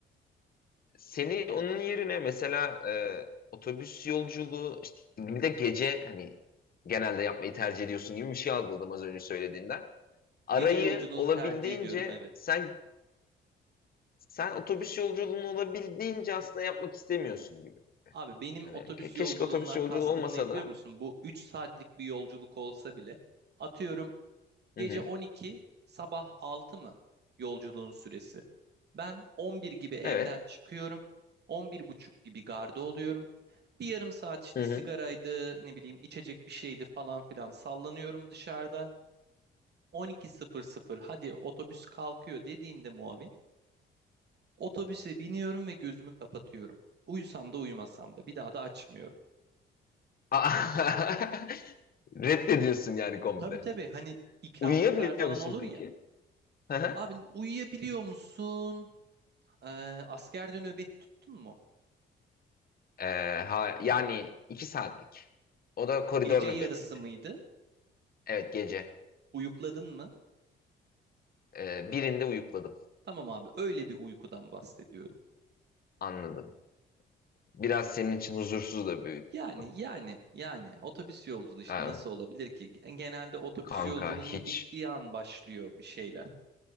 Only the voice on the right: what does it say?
Gece yolculuğunu
tercih ediyorum evet.
Abi benim
otobüs
yolculuğundan
kastım
ne biliyor
musun? Bu 3 saatlik bir yolculuk olsa bile atıyorum gece
12 sabah 6 mı yolculuğun süresi? Ben 11 gibi evden
çıkıyorum. 11 buçuk gibi garda oluyorum. Bir yarım saat işte
sigaraydı,
ne bileyim içecek bir şeydi falan filan sallanıyorum dışarıda. On iki sıfır sıfır. hadi otobüs kalkıyor dediğinde muavin otobüse biniyorum ve gözümü kapatıyorum. Uyusam da uyumasam da bir daha da açmıyorum.
Tabii tabii hani ikramlıklar
falan
olur
ya.
Abi uyuyabiliyor musun? Ee, askerde nöbet tuttun mu?
Gece yarısı
mıydı?
Uyukladın mı?
Tamam abi öyle bir uykudan bahsediyorum.
Yani
yani yani otobüs yolculuğu işte
nasıl olabilir ki? Genelde otobüs
yolculuğunun
bittiği an başlıyor bir şeyler.